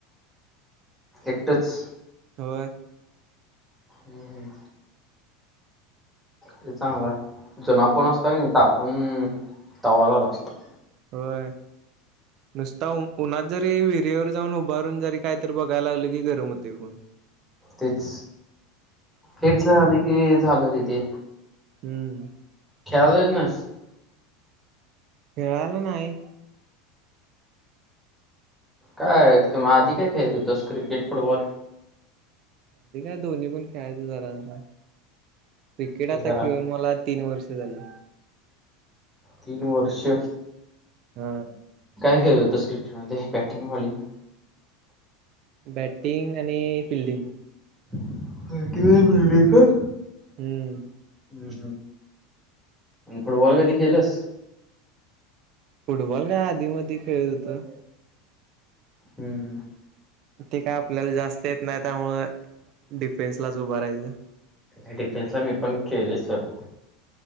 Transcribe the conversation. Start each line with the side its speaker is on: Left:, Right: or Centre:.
Centre: एकटंच
Right: होय.
Centre: हम्म हम्म. ते चांगलं आहे. जुना फोन असता कणी तापून तवा झाला असता.
Right: व्हय, नुसता उन्हात जरी विहिरीवर जाऊन उभारून जरी काहीतरी बघायला लागलं की गरम होते होय.
Centre: तेच हिट झाली की झालं रे ते
Right: हम्म
Centre: खेळायला जात नाहिस?
Right: खेळाला नाही
Centre: काय की म आधी काय खेळत होतस क्रिकेट फुटबॉल?
Right: ते काय दोन्ही पण खेळायचो जरा जरा क्रिकेट आता
Centre: जरा
Right: खेळून मला तीन वर्ष झाले.
Centre: तीन वर्ष?
Right: ह.
Centre: काय खेळत होतास क्रिक मध्ये बॅटिंग बॉलिंग?
Right: बॅटिंग आणि फिल्डिंग.
Centre: आ बॅटिंग आणि फिल्डिंग काय?
Right: हम्म
Centre: हम्म हम् अन फुटबॉल कधी खेलस?
Right: फुटबॉल काय आधी मधी खेळत होत
Centre: हम्म हम्म
Right: ते काय आपल्याला जास्त येत नाहीत त्यामुळं डिफेन्सलाच उभं राहायच
Centre: मी डिफेन्सला मी पण खेले सोड.